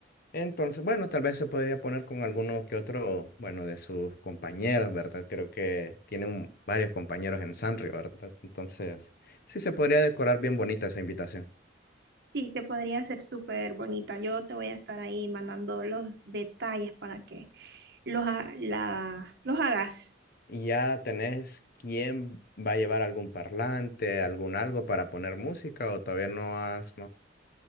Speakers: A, on the left (about 55°); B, on the right (about 60°).
A: Entonces, bueno, tal vez se podría poner con alguno que otro, bueno, de sus compañeros, ¿verdad? Creo que tiene un- varios compañeros en Sanrio, ¿verdad? Entonces, sí se podría decorar bien bonita esa invitación.
B: Sí, se podría hacer súper bonita. Yo te voy a estar ahí mandando los detalles para que los, ha- la- los hagas.
A: Y ya tenés quién va a llevar algún parlante, algún algo para poner música, o todavía no has